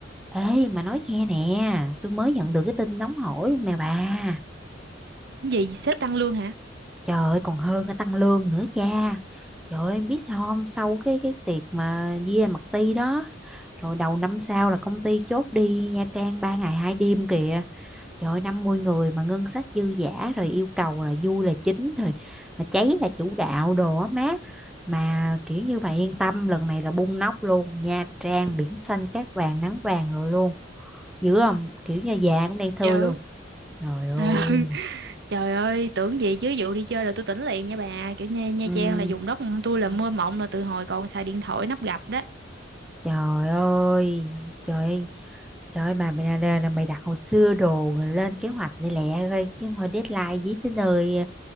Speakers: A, in the centre; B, on the right.
A: Ê mà nói nghe nè Tôi mới nhận được cái tin nóng hổi luôn nè bà
B: Gì sếp tăng lương hả
A: Trời ơi còn hơn cả tăng lương nữa cha Trời ơi em biết sao không Sau cái cái tiệc mà Via mặt ti đó Rồi đầu năm sau là công ty chốt đi Nha Trang 3 ngày 2 đêm kìa Trời ơi 50 người mà ngân sách dư dả Rồi yêu cầu là vui là chính Rồi rồi cháy là chủ đạo đồ á má Mà kiểu như bà yên tâm Lần này là bung nóc luôn Nha Trang biển xanh cát vàng nắng vàng rồi luôn Dữ không kiểu như già cũng đang thui
B: Dạ.
A: luôn Trời ơi.
B: Ừ <laughs> Trời ơi, tưởng gì chứ vụ đi chơi là tôi tỉnh liền nha bà. Kiểu như Nha
A: Ừm,
B: Trang là vùng đất tôi là mơ mộng là từ hồi còn xài điện thoại nắp gập đó.
A: Trời ơi. Trời ơi. Trời ơi, mà mày là, là, là mày đặt hồi xưa đồ rồi lên kế hoạch lẹ lẹ thôi chứ thôi deadline dí tới nơi